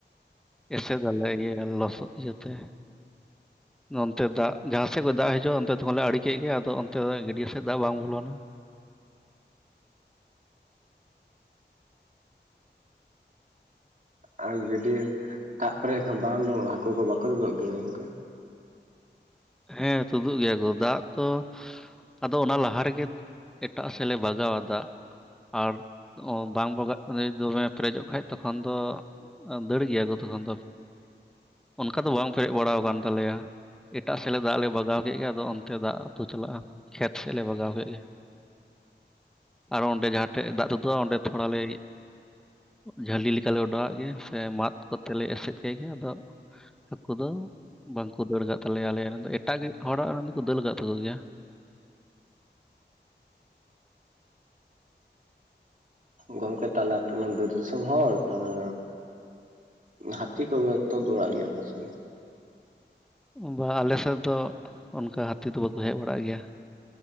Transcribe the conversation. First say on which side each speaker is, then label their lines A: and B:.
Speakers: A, in the centre; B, on the right.
A: ᱮᱥᱮ ᱫᱟᱞᱮ ᱤᱭᱟᱹ ᱞᱚᱥᱚᱫ ᱤᱭᱟᱹᱛᱮ
B: <inaudible>
A: ᱱᱚᱱᱛᱮ ᱫᱟᱜ ᱡᱟᱦᱟᱸ ᱥᱮᱫ ᱠᱷᱚᱡ ᱫᱟᱜ ᱦᱤᱡᱩᱜᱼᱟ ᱚᱱᱛᱮ ᱛᱚᱠᱷᱚᱱ ᱞᱮ ᱟᱲᱮᱤᱠᱮᱫ ᱜᱮᱤ ᱟᱫᱚ ᱚᱱᱛᱮ ᱜᱟᱹᱰᱭᱟᱹ ᱥᱮᱫ ᱫᱟᱜ ᱵᱟᱝ ᱵᱚᱞᱚᱱᱟ
B: ᱟᱨ ᱜᱟᱹᱰᱭᱟᱹ ᱫᱟᱜ ᱯᱮᱨᱮᱡ ᱠᱷᱟᱱ ᱵᱟᱝ ᱩᱚᱜᱼᱟ ᱦᱟᱹᱠᱩ ᱠᱚ ᱵᱟᱠᱚ ᱛᱩᱚᱫᱚᱜ ᱜᱮᱭᱟ ᱜᱚᱝᱠᱮ
A: ᱦᱮᱸ ᱛᱩᱫᱩᱜ ᱜᱮᱭᱟ ᱠᱚ ᱫᱟᱜ ᱛᱚ ᱟᱫᱚ ᱚᱱᱟ ᱞᱟᱦᱟ ᱨᱮᱜᱮ ᱮᱴᱟᱜ ᱥᱮᱫ ᱞᱮ ᱵᱟᱜᱟᱣᱟ ᱫᱟᱜ ᱟᱨ ᱵᱟᱝ ᱵᱟᱜᱟᱜ ᱫᱚᱢᱮ ᱯᱮᱨᱮᱡᱚᱜ ᱠᱷᱟᱱᱡ ᱛᱚᱠᱷᱚᱱ ᱫᱚ ᱫᱟᱹᱲ ᱜᱮᱭᱟ ᱠᱚ ᱛᱚᱠᱷᱚᱱ ᱫᱚ ᱚᱱᱠᱟ ᱫᱚ ᱵᱟᱝ ᱯᱮᱨᱮᱡ ᱵᱟᱲᱟᱣ ᱟᱠᱟᱱ ᱛᱟᱞᱮᱭᱟ ᱮᱴᱟᱜ ᱥᱮᱫ ᱞᱮ ᱫᱟᱜ ᱞᱮ ᱵᱟᱜᱟᱣ ᱠᱮᱫ ᱜᱮ ᱟᱫᱚ ᱚᱱᱛᱮ ᱫᱟᱜ ᱟᱛᱩ ᱪᱟᱞᱟᱜᱼᱟ ᱠᱷᱮᱛ ᱥᱮᱫ ᱞᱮ ᱵᱟᱜᱟᱣ ᱠᱮᱫ ᱜᱮ ᱟᱨᱚ ᱚᱸᱰᱮ ᱡᱟᱦᱟᱸ ᱴᱷᱮᱡ ᱫᱟᱜ ᱛᱩᱫᱩᱜᱼᱟ ᱚᱸᱰᱮ ᱛᱷᱚᱲᱟᱞᱮ ᱡᱷᱟᱹᱞᱤ ᱞᱮᱠᱟᱞᱮ ᱚᱰᱟᱣᱟᱜ ᱜᱮ ᱥᱮ ᱢᱟᱫ ᱠᱚᱛᱮ ᱞᱮ ᱮᱥᱮᱫ ᱠᱮᱫ ᱜᱮ ᱟᱫᱚ ᱦᱟᱹᱠᱩ ᱫᱚ ᱵᱟᱝᱠᱚ ᱫᱟᱹᱲ ᱠᱟᱜ ᱛᱟᱞᱮᱭᱟ ᱟᱞᱮ ᱨᱮᱱ ᱫᱚ ᱮᱴᱟᱜ ᱦᱚᱲᱟᱜ ᱨᱮᱱ ᱫᱚᱠᱚ ᱫᱟᱹᱲ ᱠᱟᱜ ᱛᱟᱠᱚ ᱜᱮᱭᱟ
B: ᱜᱚᱝᱠᱮ ᱛᱟᱦᱞᱮ ᱟᱯᱮ ᱵᱤᱨ ᱫᱤᱥᱚᱢ ᱦᱚᱲ ᱛᱟᱦᱞᱮ ᱦᱟᱹᱛᱤ ᱠᱚᱜᱮ ᱛᱳᱫ ᱵᱟᱲᱟᱜ ᱜᱮᱭᱟ ᱠᱚ ᱥᱮ ᱵᱟᱝ
A: ᱵᱟ ᱟᱞᱮ ᱥᱮᱫ ᱫᱚ ᱚᱱᱠᱟ ᱦᱟᱹᱛᱤ ᱫᱚ ᱵᱟᱠᱚ ᱦᱮᱡ ᱵᱟᱲᱟᱜ ᱜᱮᱭᱟ